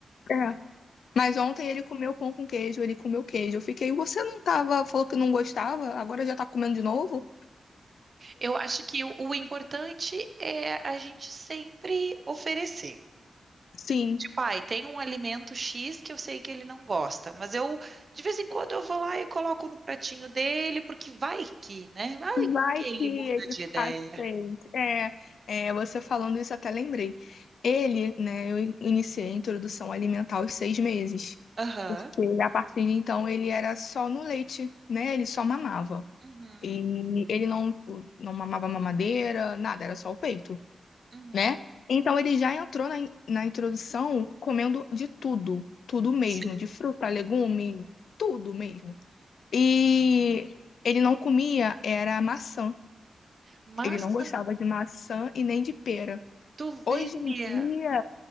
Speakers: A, on the left; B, on the right.
A: É. Mas ontem ele comeu pão com queijo, ele comeu queijo. Eu fiquei, você não tava, falou que não gostava, agora já tá comendo de novo?
B: Eu acho que o, o importante é a gente sempre oferecer.
A: Sim.
B: Tipo, ai, tem um alimento X que eu sei que ele não gosta, mas eu, de vez em quando, eu vou lá e coloco no pratinho dele, porque vai que, né? Vai
A: Vai
B: que ele
A: que ele
B: muda de ideia.
A: aceita. É, é, você falando isso, eu até lembrei. Ele, né, eu in- iniciei a introdução alimentar aos seis meses,
B: Aham.
A: porque a partir de então ele era só no leite, né? Ele só mamava.
B: Uhum.
A: E ele não, não mamava mamadeira, nada, era só o peito,
B: Uhum.
A: né? Então ele já entrou na, in- na introdução comendo de tudo, tudo mesmo,
B: Sim.
A: de fruta, legume, tudo mesmo. E ele não comia, era maçã.
B: Massa
A: Ele não gostava de maçã e nem de pera.
B: de ovelha.
A: Hoje em dia,